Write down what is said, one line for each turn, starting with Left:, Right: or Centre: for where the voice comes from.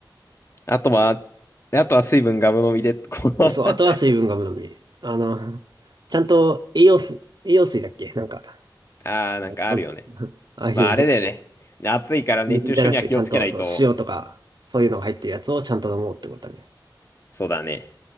Left: あとは、あとは水分ガブ飲みで、この
Right: な。そう、
Left: <laughs>
Right: あとは水分がむのみ。あの、ちゃんと栄養水、栄養水だっけなんか。
Left: ああ、なんかあるよね。
Right: なんと <laughs> ああいうの、
Left: まああれだよね。暑いから熱中症には気をつけないと、
Right: 水じゃなくて、ちゃんとそう塩とか、そういうのが入ってるやつをちゃんと飲もうってことだね。
Left: そうだね。